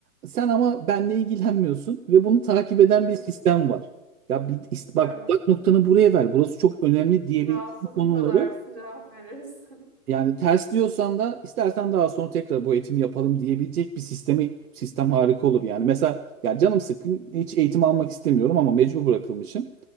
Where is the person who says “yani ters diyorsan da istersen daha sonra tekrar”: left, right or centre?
Right